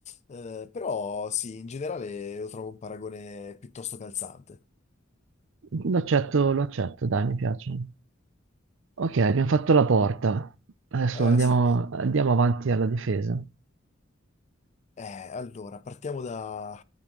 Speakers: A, on the left; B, on the right.
A: Eh, però sì, in generale lo trovo un paragone piuttosto calzante.
B: Lo accetto, lo accetto, dai, mi piace. Ok, abbiamo fatto la porta. Adesso
A: Eh
B: andiamo,
A: sì.
B: andiamo avanti alla difesa.
A: Eh, allora, partiamo da,